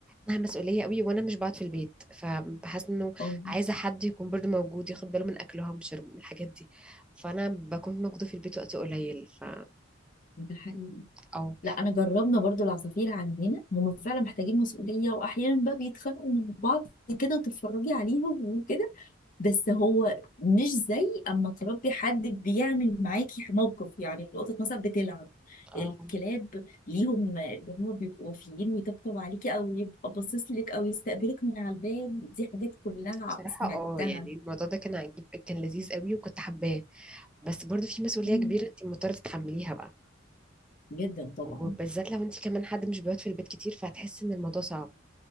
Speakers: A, in the centre; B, on the left (about 45°).
A: انها مسؤوليه قوي وانا مش بقعد في البيت فبحس انه
B: آه،
A: عايزه حد يكون برضو موجود ياخد باله من اكلهم شربهم الحاجات دي فانا بكون موجوده في البيت وقت قليل ف
B: ده حقيقي
A: او
B: لا انا جربنا برضو العصافير عندنا هم فعلا محتاجين مسؤوليه واحيانا بقى بيتخانقوا مع بعض كده وتتفرجي عليهم وكده بس هو مش زي اما تربي حد بيعمل معاكي موقف يعني القطط مثلا بتلعب
A: اه
B: الكلاب ليهم اللي هم بيبقوا وفيين ويطبطب عليكي او يبقى باصص لك او يستقبلك من على الباب دي حاجات كلها
A: بصراحة
B: سمعتها
A: اه يعني الموضوع ده كان عجيب كان لذيذ قوي وكنت حباه بس برضو في مسؤولية
B: مم.
A: كبيرة انت مضطرة تتحمليها بقى
B: جدا طبعا
A: وبالذات لو انت كمان حد مش بيقعد في البيت كتير فهتحسي ان الموضوع صعب